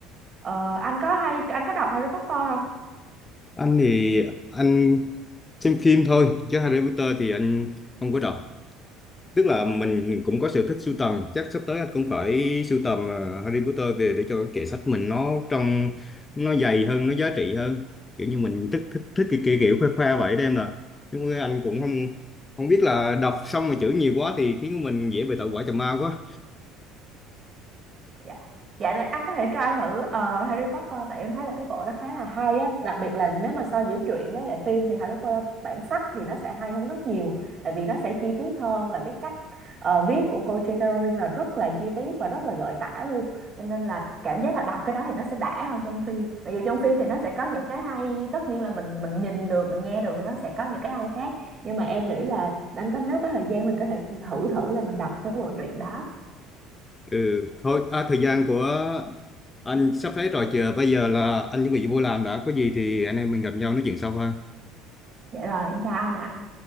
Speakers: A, on the right; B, on the left.
A: ờ, Anh có hay, anh có đọc Harry Potter không?
B: anh thì anh xem phim thôi chứ Harry Potter thì anh không có đọc tức là mình cũng có sở thích sưu tầm chắc sắp tới anh cũng phải sưu tầm à, Harry Potter về để cho cái kệ sách mình nó trong nó dày hơn nó giá trị hơn kiểu như mình thích thích thích cái kiểu, kiểu khoe khoe vậy đó em nè nhưng mà anh cũng không không biết là đọc xong mà chữ nhiều quá thì khiến mình dễ bị tẩu hỏa trầm ma quá
A: dạ dạ này, anh có thể try thử ờ, Harry Potter tại em thấy là cái bộ đó khá là hay á đặc biệt là nếu mà so giữa truyện với lại phim thì Harry Potter bản sách thì nó sẽ hay hơn rất nhiều tại vì nó sẽ chi tiết hơn và cái cách ờ, viết của cô J.K. Rowling là rất là chi tiết và rất là gợi tả luôn cho nên là cảm giác là đọc cái đó thì nó sẽ đã hơn trong phim mặc dù trong phim thì nó sẽ có những cái hay tất nhiên là mình mình nhìn được mình nghe được thì nó sẽ có những cái hay khác nhưng mà em nghĩ là anh có nếu có thời gian mình có thể thử thử là mình đọc cái bộ truyện đó
B: ừ thôi à, thời gian của anh sắp hết rồi chờ bây giờ là anh chuẩn bị vô làm đã có gì thì anh em mình gặp nhau nói chuyện sau ha
A: dạ rồi em chào anh ạ